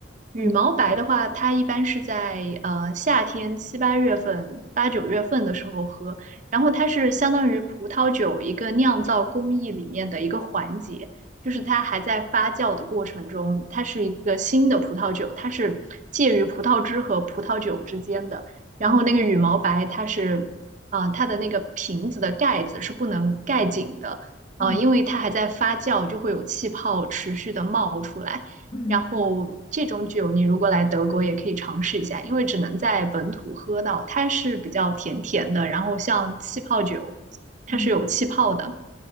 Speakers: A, on the right; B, on the left.
A: 羽毛白的话，
B: 嗯
A: 它一般是在呃夏天七八月份、八九月份的时候喝，然后它是相当于葡萄酒一个酿造工艺里面的一个环节，就是它还在发酵的过程中，
B: 嗯
A: 它是一个新的葡萄酒，它是介于葡萄汁和葡萄酒之间的。然后那个羽毛白，
B: 嗯
A: 它是啊、呃它的那个瓶子的盖子是不能盖紧的，啊、
B: 嗯
A: 因为它还在发酵，就会有气泡持续的冒出来。
B: 嗯嗯，
A: 然后这种酒你如果来德国也可以尝试一下，因为只能在本土喝到，它是比较甜甜的，然后像气泡酒，它是有气泡的，
B: 嗯，